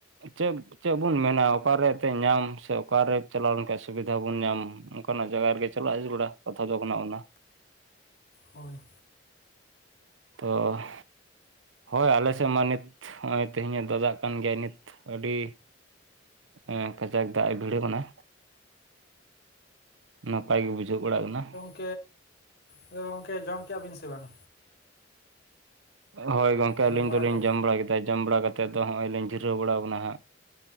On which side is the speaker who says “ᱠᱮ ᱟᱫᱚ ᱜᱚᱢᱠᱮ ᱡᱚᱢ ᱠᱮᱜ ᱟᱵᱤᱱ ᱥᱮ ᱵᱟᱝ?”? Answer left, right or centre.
Left